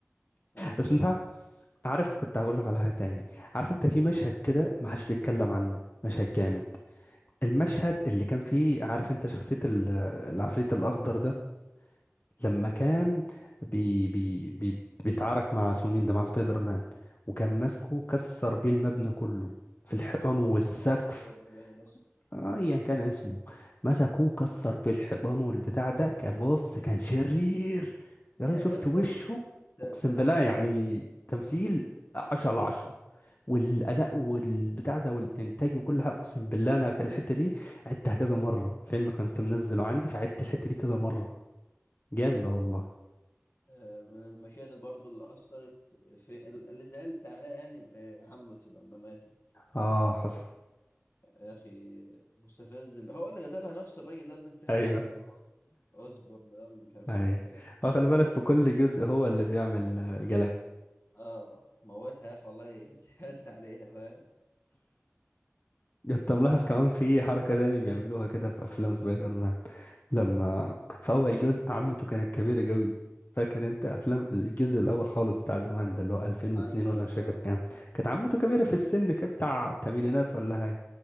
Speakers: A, on the left; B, on the left.
A: وال
B: بس انت عارف كنت هقول لك على حاجه تاني عارف انت في مشهد كده ما حدش بيتكلم عنه مشهد جامد المشهد اللي كان فيه عارف انت شخصيه ال- العفريت الاخضر ده لما كان
A: ايوه
B: بي بي بي بيتعارك مع اسمه مين ده مع سبايدر مان وكان ماسكه كسر بيه المبنى كله في الحيطان
A: اللي هو نورمان
B: والسقف
A: اوزبورن باين اسمه
B: ايا كان اسمه مسكوه كسر بالحيطان والبتاع ده
A: ايوه
B: كان بص كان شرير يا راجل
A: يا
B: شفت
A: يا اسطى
B: وشه
A: ت-
B: اقسم
A: تمثيله
B: بالله يعني
A: يام
B: تمثيل عشرة على عشرة والاداء والبتاع ده والانتاج وكل حاجه اقسم بالله انا الحته دي عدتها كذا مره فيلم كنت منزله عندي فعدت الحته دي كذا مره جامد ده والله
A: آه، من المشاهد برضو اللي اثرت في اللي زعلت عليها يعني آه، عمته لما ماتت
B: اه حصل
A: يا اخي مستفز اللي هو اللي قتلها نفس الراجل ده اللي انت بتحكي
B: ايوه
A: عنه اللي هو اوزبورن ده ولا مش عارف
B: ايوه
A: حاجه
B: آه، خلي
A: نورمان
B: بالك في كل جزء هو اللي بيعمل آه، جلاكسي
A: اه موتها يا اخي والله <laughs> زعلت عليها فاهم
B: انت
A: وبرضه
B: ملاحظ كمان في حركة تانية بيعملوها كده في أفلام سبايدر مان لما في أول جزء عمته كانت كبيرة قوي فاكر انت أفلام الجزء الأول خالص بتاع زمان ده اللي هو 2002
A: ايوه
B: ولا
A: ايوه
B: مش فاكر
A: اه
B: كام كانت عمته كبيرة في السن كده بتاع
A: مم.
B: تمانينات ولا هاي